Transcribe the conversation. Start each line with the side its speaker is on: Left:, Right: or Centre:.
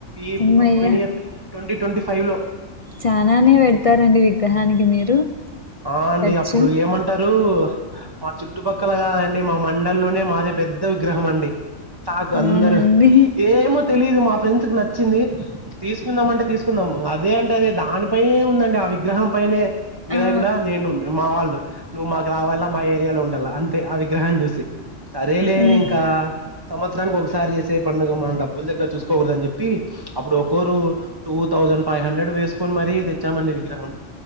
Right: ఈ
Left: అమ్మయ్య
Right: పోయిని ఎ ట్వంటీ ట్వంటీ ఫైవ్ లో
Left: చానాానే పెడతారండి విగ్రహానికి మీరు
Right: అండి
Left: ఖర్చు
Right: అప్పుడు ఏమంటారు మా చుట్టుపక్కల కాదండి మా మండల్లోనే మాదే పెద్ద విగ్రహం అండి తకు అందరు
Left: అవునండి
Right: ఏమో తెలిదు మా ఫ్రెండ్స్ కు నచ్చింది తీసుకుందాంమంటే తీసుకుందాంమా అదే అంటడి అదే దానిపైనే ఉందండి ఆ విగ్రహం పనే వి్రహ
Left: ఆ
Right: కూడా నేను మా వాళ్ళు నువ్వు మాకు కా రావాల మా ఏరియాలో ఉండాల అంతే ఆ విగ్రహాన్ని చూసి సరేలే
Left: ఉమ్
Right: ఇంకా సంవత్సరానికి ఒకసారి చేసే పండుగ మనం డబ్బుల దగ్గర చూసుకోకూడ అని చెప్పి అప్పుడు ఒకరు టూ థౌజండ్ ఫైవ్ హండ్రెడ్ వేసుకొని మర తెచ్చామండి విగ్రహం